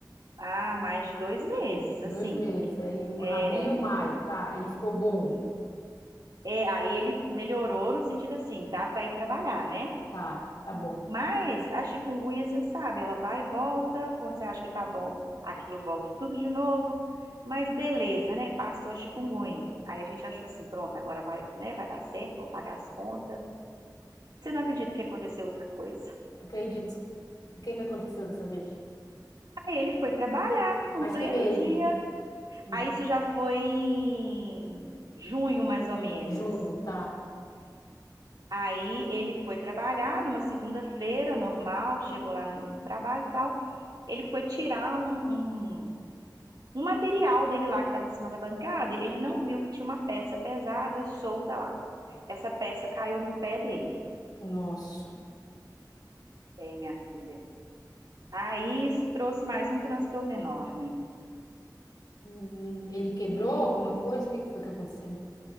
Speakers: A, on the right; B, on the left.
A: há mais de dois meses, assim.
B: dois meses. Aí
A: É,
B: abril, maio. Tá, ele ficou bom.
A: e- é, aí ele melhorou no sentido assim, dá para ir trabalhar, né?
B: Tá, tá bom.
A: Mas a chikungunya, você sabe, ela vai e volta, quando você acha que tá bom, aquilo volta tudo de novo. Mas beleza, né? Passou a chikungunya. Aí a gente achou assim, pronto, agora vai, né? Vai dar certo, vamos pagar as contas. Você não acredita que aconteceu outra coisa?
B: Acredito. O que que aconteceu dessa vez?
A: Aí ele foi trabalhar no
B: Mas
A: pleno
B: que mês?
A: dia.
B: Hum,
A: Aí isso já foi em junho, mais ou menos.
B: Junho, tá.
A: Aí ele foi trabalhar numa segunda-feira, normal, chegou lá no trabalho e tal. Ele foi tirar um, um, um material dele lá que estava em cima da bancada e ele não viu que tinha uma peça pesada solta lá. Essa peça caiu no pé dele,
B: Nossa.
A: é, minha filha. Aí isso trouxe mais um transtorno enorme.
B: Menino, Ele quebrou alguma coisa? O que que foi que aconteceu?